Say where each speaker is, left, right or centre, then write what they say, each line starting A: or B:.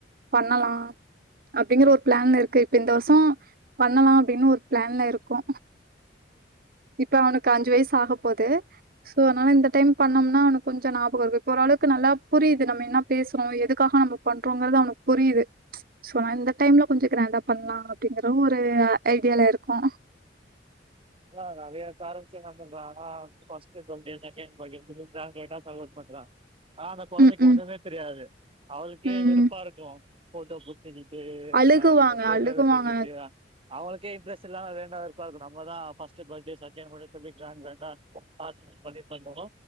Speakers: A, on the right; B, on the right.
A: பண்ணலாம் அப்டிங்கற ஒரு பிளான்ல இருக்கு இப்ப இந்த வருஷம் பண்ணலாம் அப்டின்னு ஒரு பிளான்ல இருக்கோ இப்ப அவனுக்கு அஞ்சு வய்சு ஆக போது சோ அதனால இந்த டைம் பண்ணோம்னா அவனுக்கு கொஞ்சொ நாபகம் இருக்கு இப்ப ஓரளவுக்கு நல்லா புரியுது நம்ம என்ன பேசறோ எதுக்காக நம்ம பண்றோங்க்றது அவனுக்கு புரியுது சோ நா இந்த டைம்ல கொஞ்சொ க்ராண்டா பண்ணலா அப்பிடிங்கற ஒரு ஐடியால இருக்கோ
B: லா நெறையா <unintelligible> பண்றாங்க ஃபர்ஸ்ட் டுவெண்ட்டி செக்கெண்ட் <unintelligible> பண்றா ஆ அந்த கொழந்தைக்கு
A: ம் ம்
B: ஒண்ணுமே தெரியாது. அவளுக்கே
A: ம்
B: வெறுப்பா இருக்கு போட்டோ பு தெஜிட்டு
A: அழுகுவாங்க
B: ஆ ச கேக்க
A: அழுகுவாங்க
B: வெட்டிக்கிட்டு அவ்ங்களுக்கே இம்ப்ரெஸ் இல்லா வேண்டா வெறுப்பா இருக்கு நம்மதா ஃபர்ஸ்ட் பேர்த்டே செக்கெண்ட் பேர்த்டே சொல்லி க்ரேன்ட்டா க்ரேன்ட்டா பாசோ வெச்சு பண்ணி இருந்தாலு